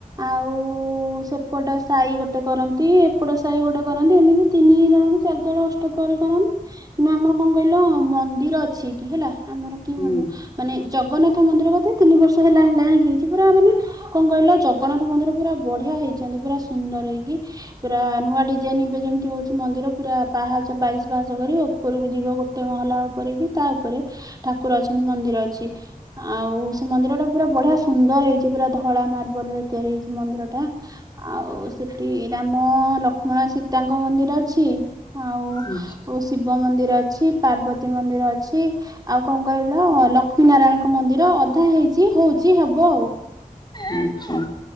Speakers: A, on the right; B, on the left.
A: ଆଉ ସେପଟ ସାହି ଗୋଟେ କରନ୍ତି ଏପଟ ସାହି ଗୋଟେ କରନ୍ତି ଏମିତି। ତିନି ଦଳକୁ ଚାରି ଦଳ ଅଷ୍ଟପ୍ରହରୀ କରନ୍ତି। ନା ଆମର କଣ କହିଲ ମନ୍ଦିର ଅଛି ଏଇଠି ହେଲା। ଆମର କି
B: ହୁଁ
A: ମନ୍ଦିର? ମାନେ ଜଗନ୍ନାଥ ମନ୍ଦିର ବୋଧେ ତିନି ବର୍ଷ ହେଲା ହେଲା ହିଁ ହେଇଛି ପୁରା ମାନେ କଣ କହିଲ ଜଗନ୍ନାଥ ମନ୍ଦିର ପୁରା ବଢିଆ ହେଇଛନ୍ତି ପୁରା ସୁନ୍ଦର ହେଇକି। ପୁରା ନୂଆ ଡିଜାଇନ ଏବେ ଯେମିତି ହଉଛି ମନ୍ଦିର ପୁରା ପାହାଚ ବାଇଶ ପାହାସ କରି ଉପରକୁ ଯିବ ଗୋ ଟେ ମହଲା ଉପରେ କି ତା ଉପରେ। ଠାକୁର ଅଛନ୍ତି ମନ୍ଦିର ଅଛି ଆଉ ସେ ମନ୍ଦିର ଟା ପୁରା ବଢିଆ ସୁନ୍ଦର ହେଇଛି ପୁରା ଧଳା ମାର୍ବଲ ରେ ତିଆରି ହେଇଛି ମନ୍ଦିର ଟା। ଆଉ ସେଠି ରାମ ଲକ୍ଷ୍ମଣ ସୀତାଙ୍କ ମନ୍ଦିର ଅଛି। ଆଉ
B: ଆଚ୍ଛା।
A: ଶିବ ମନ୍ଦିର ଅଛି, ପାର୍ବତୀ ମନ୍ଦିର ଅଛି। ଆଉ କଣ କହିଲ ଲକ୍ଷ୍ମୀ ନାରାୟଣଙ୍କ ମନ୍ଦିର ଅଧା ହେଇଛି ହଉଛି ହବ ଆଉ।
B: ଆଚ୍ଛା।